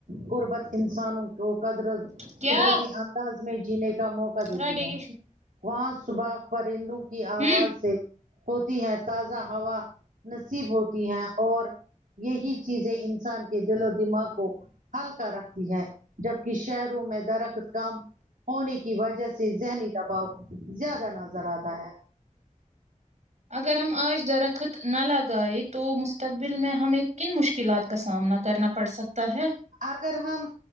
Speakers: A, on the right (about 80°); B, on the right (about 60°).
A: قربت انسانوں کو قدرت
B: کیا
A: قدرتی انداز میں جینے کا موقع دیتی
B: رٹے
A: ہے
B: گی شی
A: وہاں صبح پرندوں کی
B: ہوں
A: آواز سے ہوتی ہے تازہ ہوا نصیب ہوتی ہے اور یہی چیزیں انسان کے دل و دماغ کو ہلکا رکھتی ہے جبک شہروں میں درخت کم ہونے کی وجہ سے ذہنی دباؤ زیادہ نظر آتا ہے
B: اگر ہم آج درخت نہ لگائے تو مستقبل میں ہم ایک کن مشکلات کا سامنا کرنا پڑ سکتا ہے
A: اگر ہم